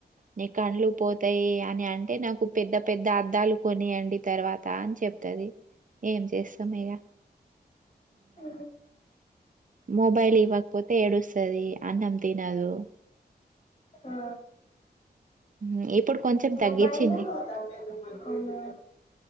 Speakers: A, on the right; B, on the left.
A: నీ కండ్లు పోతాయి అని అంటే నాకు పెద్ద పెద్ద అద్ ద్దాలు కొనియ్యండి తర్వాత అని చెప్ తది ఏం చేస్తాం ఇగ
B: ఆ
A: మొబైల్ ఇవపోతే ఎడుస్ తది అన్నం తినదు
B: ఆ
A: ఉమ్, ఇప్పుడు కొంచెం
B: మబల్
A: తగ్గించింది
B: అవునా